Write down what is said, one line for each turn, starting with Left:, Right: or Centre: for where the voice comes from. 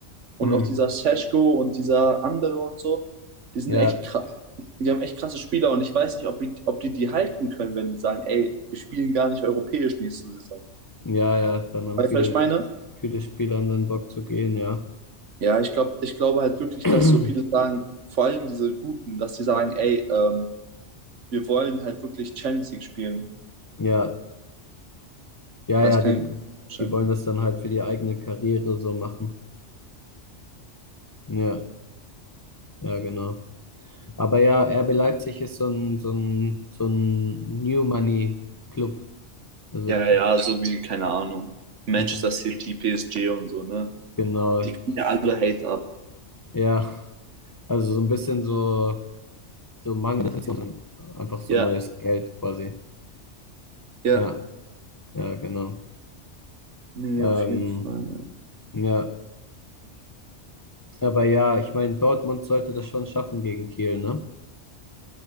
Right: Und
Left: Hm.
Right: auch dieser Seschko und dieser andere und so, die sind
Left: Ja,
Right: echt krass. Die haben echt krasse Spieler und ich weiß nicht, ob die, ob die die halten können, wenn die sagen, ey, wir spielen gar nicht europäisch nächste Saison.
Left: ja, ja. Dann haben
Right: Weißt
Left: viele,
Right: du, was ich meine?
Left: viele Spieler haben dann Bock zu gehen, ja.
Right: Ja, ich glaube, ich glaube halt wirklich,
Left: <clears throat>
Right: dass so viele sagen, vor allem diese Guten, dass die sagen, ey, ähm, wir wollen halt wirklich Champions League spielen.
Left: Ja, ja,
Right: Das
Left: ja.
Right: kann
Left: Die,
Right: ich mir vorstellen.
Left: die wollen das dann halt für die eigene Karriere so machen. Ja, ja, genau. Aber ja, RB Leipzig ist so ein, so ein, so ein New Money Club. Also
Right: Ja,
Left: die,
Right: ja, so wie, keine Ahnung, Manchester
Left: und das,
Right: City, PSG und so, ne?
Left: genau.
Right: Die kriegen ja alle Hate ab.
Left: Ja, also so ein bisschen so, so mangelnde Tradition, einfach so
Right: Ja,
Left: neues Geld quasi.
Right: ja,
Left: Ja, ja, genau.
Right: nee,
Left: Ähm,
Right: auf jeden Fall.
Left: ja, aber ja, ich meine, Dortmund sollte das schon schaffen gegen Kiel, ne?